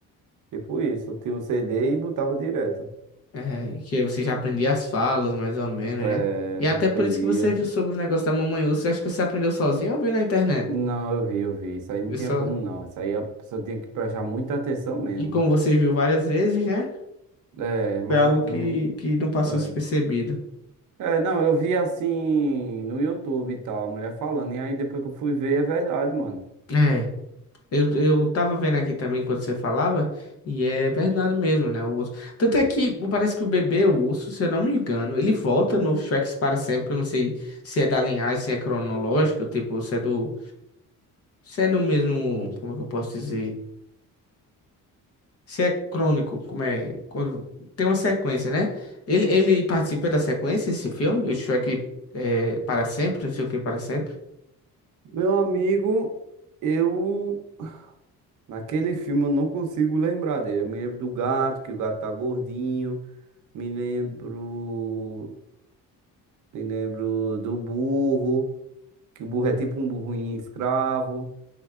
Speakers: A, on the right (about 60°); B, on the left (about 45°).
A: Tipo isso, eu tinha um CD e botava direto.
B: eh, que aí você já aprendia as falas, mais ou menos,
A: É,
B: né? E até
A: aprendia.
B: por isso que você viu sobre o negócio da Mamãe Urso. Acho que você aprendeu sozinho ou viu na internet?
A: Não, eu vi, eu vi. Isso aí não
B: Viu
A: tinha
B: só?
A: como não. Isso aí a pessoa tinha que prestar muita atenção mesmo.
B: E como você viu várias vezes, né?
A: É, mas
B: Foi algo que,
A: eu não.
B: que não passou
A: É.
B: despercebido.
A: É, não, eu vi assim no YouTube e tal, a mulher falando. E aí depois que eu fui ver, é verdade, mano.
B: É. Eu, eu tava vendo aqui também quando você falava, e é verdade mesmo, né? O urso. Tanto é que parece que o bebê, o urso, se eu não me engano, ele volta no Shrek para sempre, que eu não sei se é da linhagem, se é cronológico, tipo, se é do. Se é no mesmo. Como é que eu posso dizer? Se é crônico, como é. Quando, tem uma sequência, né? Ele, ele participa da sequência, esse filme, o Shrek é, para sempre, não sei o que para sempre.
A: Meu amigo, eu naquele filme eu não consigo lembrar dele. Eu me lembro do gato, que o gato tá gordinho, me lembro, me lembro do burro. que o burro é tipo um burrinho escravo.